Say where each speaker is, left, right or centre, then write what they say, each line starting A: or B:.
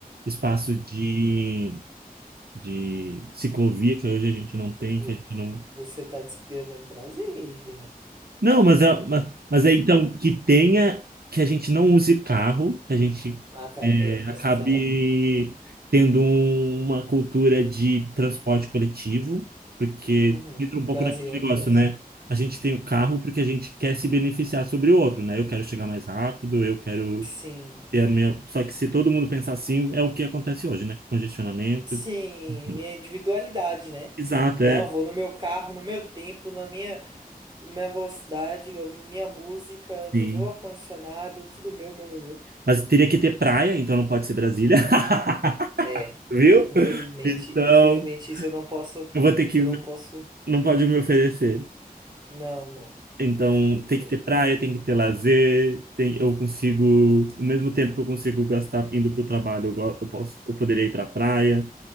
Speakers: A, on the right (about 85°); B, on the right (about 30°).
A: espaço de, de ciclovia, que hoje a gente não tem,
B: Vo-
A: que a gente não
B: Você tá descrevendo Brasília.
A: Não, mas, a- mas, mas é então que tenha, que a gente não use carro, que a gente
B: Ah, tá.
A: é,
B: É,
A: acabe
B: isso aí já não.
A: tendo um- uma cultura de transporte coletivo, porque
B: Uhum.
A: entra um pouco
B: Brasília
A: naquele
B: não
A: negócio,
B: tem isso.
A: né? A gente tem o carro porque a gente quer se beneficiar sobre o outro, né? Eu quero chegar mais rápido, eu quero
B: Sim.
A: ter a minha. Só que se todo mundo pensar assim, é o que acontece hoje, né? Congestionamento.
B: Sim,
A: enfim.
B: minha individualidade, né?
A: Exato,
B: Não,
A: é.
B: eu vou no meu carro, no meu tempo, na minha, na minha velocidade, ouvindo minha música, no
A: Sim.
B: meu ar-condicionado, tudo meu, meu, meu, meu.
A: Mas teria que ter praia, então não pode ser Brasília. <laughs>
B: É.
A: Viu?
B: Infelizmente,
A: Então,
B: infelizmente isso eu não posso,
A: eu vou ter que.
B: isso eu não posso.
A: Não pode me oferecer.
B: Não, não.
A: Então,
B: Infelizmente.
A: tem que ter praia, tem que ter lazer. Tem, eu consigo. O mesmo tempo que eu consigo gastar indo para o trabalho, eu, go- eu posso, eu poderia ir para a praia.